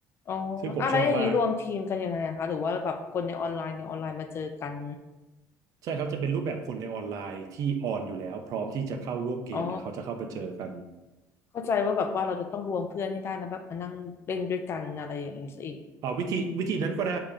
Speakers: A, on the left; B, on the right.
A: อ๋ออะไรอย่างนี้รวมทีมกันยังไงอะคะหรือว่าแบบคนในออนไลน์ในออนไลน์มาเจอกัน
B: ซึ่งผมชอบมากใช่ครับจะเป็นรูปแบบคนในออนไลน์ที่ออนอยู่แล้วพร้อมที่จะเข้าร่วมเกมเนี่ยเขาจะเข้าไปเจอกัน
A: อ๋อ เข้าใจว่าแบบว่าเราจะต้องรวมเพื่อนให้ได้นะแบบมานั่งเล่นด้วยกันอะไรอย่างนี้ซะอีก
B: เอ่อวิธีวิธีนั้นก็ได้